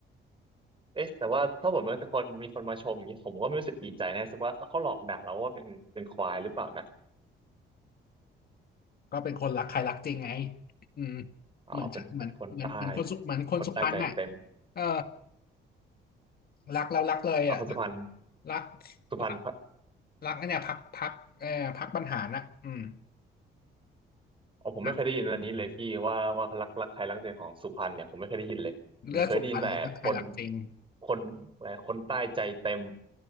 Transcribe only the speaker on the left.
ก็เป็นคนรักใครรักจริงไงอืม
เหมือนเหมือนเหมือนเหมือนคนสุเหมือนคนสุพรรณอ่ะ
เออรักแล้วรักเลยอ่ะ
รัก
รักรักไอ้เนี่ยพักพักเออพักบรรหารน่ะอืม
รักเลือดสุพรรณรักใครรักจริง